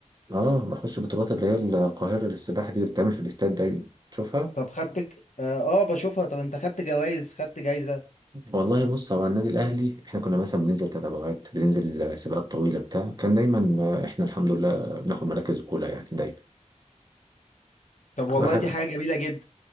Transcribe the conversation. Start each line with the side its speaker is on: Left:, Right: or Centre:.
Right: آه بخش بطولات اللي هي القاهرة للسباحة دي اللي بتتعمل في الاستاد دايما تشوفها
Left: طب خدت ك- اه آه، بشوفها طب انت خدت جوائز خدت جايزة
Right: والله بص هو النادي الاهلي احنا كنا مثلا بننزل تتابعات بننزل سباقات طويله بتاع كان دايما آه، احنا الحمد لله بناخد مراكز اولى يعني دايما
Left: طب
Right: تبقى
Left: والله
Right: حاجه
Left: دي حاجة جميلة جدا